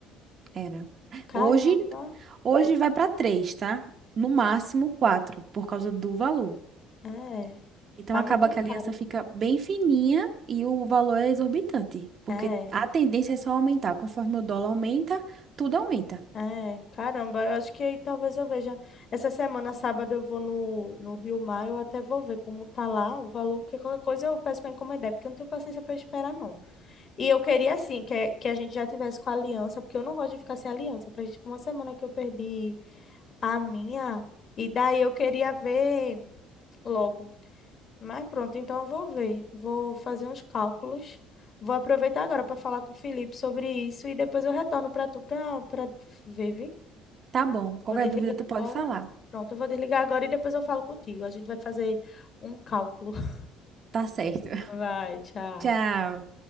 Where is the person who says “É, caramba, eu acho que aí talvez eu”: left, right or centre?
Left